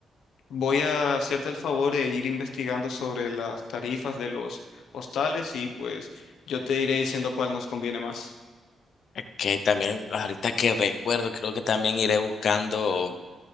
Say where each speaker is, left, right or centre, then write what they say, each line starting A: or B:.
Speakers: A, on the left; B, on the left.
A: Voy a hacerte el favor de ir investigando sobre las tarifas de los hostales y pues yo te iré diciendo cuál nos conviene más.
B: que también ahorita que recuerdo, creo que también iré buscando,